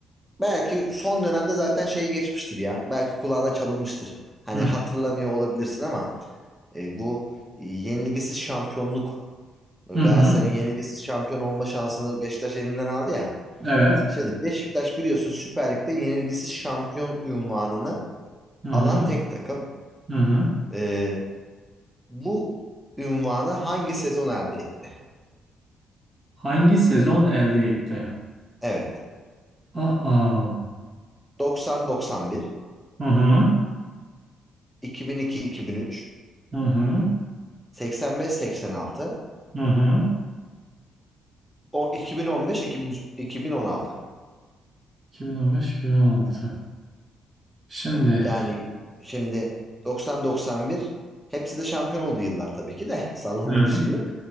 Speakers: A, in the centre; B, on the right.
A: belki son dönemde zaten şeyi geçmiştir ya. Belki kulağına çalınmıştır. Hani
B: Hı
A: hatırlamıyor olabilirsin ama e, bu e, yenilgisiz şampiyonluk e,
B: hı.
A: Galatasaray'ın
B: hı.
A: yenilgisiz şampiyon olma şansını Beşiktaş elinden aldı ya.
B: Evet.
A: Şimdi Beşiktaş biliyorsun Süper Lig'de yenilgisiz şampiyon ünvanını
B: Hı hı.
A: alan tek takım.
B: Hı hı.
A: Ee, bu ünvanı hangi sezon elde etti?
B: Hangi sezon elde etti?
A: Evet.
B: Aa.
A: 90-91,
B: Hı hı.
A: 2002-2003,
B: Hı hı.
A: 85-86,
B: Hı hı.
A: o- 2015-2016.
B: 2015-2016. Şimdi.
A: Yani şimdi 90-91 hepsi de şampiyon oldu yıllar tabii ki de. <laughs> Sallama
B: hı.
A: bir şey yok.